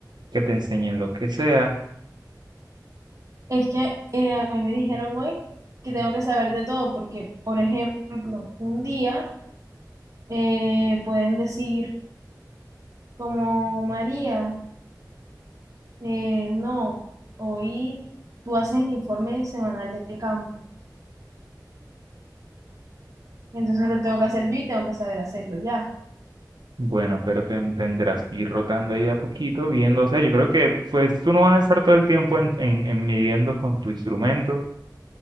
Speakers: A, on the right; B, on the right.
A: que te enseñen lo que sea.
B: Es que eh, a mí me dijeron hoy que tengo que saber de todo, porque, por ejemplo, un día eh, pueden decir como María, eh, no, hoy tú haces el informe semanal de campo. Entonces lo tengo que hacer yo y tengo que saber hacerlo ya.
A: Bueno, pero te tendrás que ir rotando ahí de a poquito, viendo, o sea, yo creo que pues tú no vas a estar todo el tiempo en, en, en midiendo con tu instrumento,